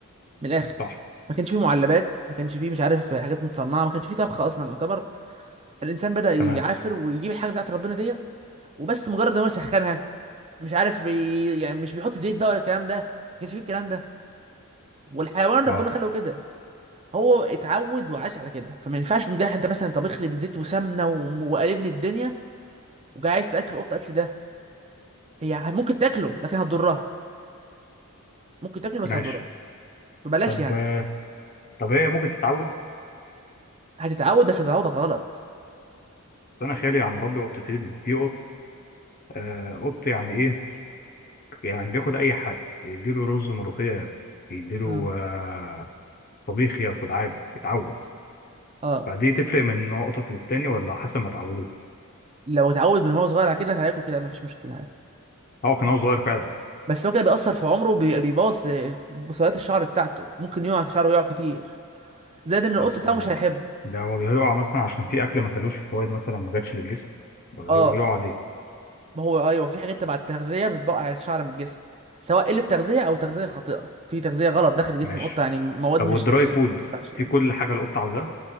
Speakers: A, on the right; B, on the left.
A: من الآخر
B: صح
A: ما كانش فيه معلبات ما كانش فيه مش عارف حاجات متصنعة ما كانش فيه طبخ أصلا يعتبر الانسان بدأ يعافر
B: تمام
A: ويجيب الحاجه بتاعت ربنا ديت وبس مجرد ما هو يسخنها مش عارف ي- يعني مش بيحط زيت بقى ولا الكلام ده ما كانش فيه الكلام ده والحيوان
B: اه
A: ربنا خلقه كده هو اتعود وعاش على كده فما ينفعش مجرد انت مثلا طبخ لي بزيت وسمنه وم- وقالب لي الدنيا وجاي عايز تاكل قطه اكل ده هي ممكن تاكله لكن هتضرها ممكن تاكله بس
B: ماشي
A: هتضرها فبلاش
B: طب
A: يعني
B: آه، طب هي ممكن تتعود
A: هتتعود بس هتتعود غلط
B: بس انا خالي عم مربي قطتين في قط آه قط يعني ايه يعني بياكل اي حاجه يديله رز ملوخيه ياكل يديله
A: امم
B: آه طبيخ ياكل عادي يتعود
A: اه
B: فدي تفرق من نوع قطط للتاني ولا حسب ما اتعودوا
A: لو اتعود من هو صغير على كده هياكل كده مفيش مشكله عادي
B: هو كان هو صغير فعلا
A: بس هو كده بيأثر في عمره وبي- بيبوظ آه، بصيلات الشعر بتاعته ممكن يقع شعره يقع كتير زائد ان القط
B: بس
A: بتاعه
B: هو
A: مش هيحبه
B: ده هو بيقع مثلا عشان في اكل ما كلوش في فوائد مثلا ما جاتش للجسم ولا
A: اه
B: يقع يقع عليه
A: ما هو ايوه في حاجات تبع التغذيه بتبقع الشعر من الجسم سواء قله تغذيه او تغذيه خاطئه في تغذيه غلط داخل جسم
B: ماشي
A: القطه يعني مواد
B: طب
A: مش
B: والدراي
A: مش
B: فود
A: ما ينفعش
B: في
A: يعني
B: كل حاجه القط عاوزاها